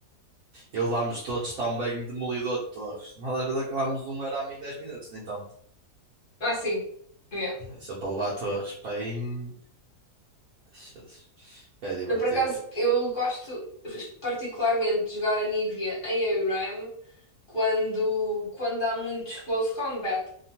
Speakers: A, on the right; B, on the left.
A: E levámos todos também demolidor de torres. Nós às vezes acabámos um arame em 10 minutos, nem tanto.
B: Ah, sim. Yeah.
A: Isso é para levar torres, pão. Jesus. É divertido.
B: Eu, Por acaso, eu gosto particularmente de jogar a Nívia em ARAM quando, quando há muitos close combat.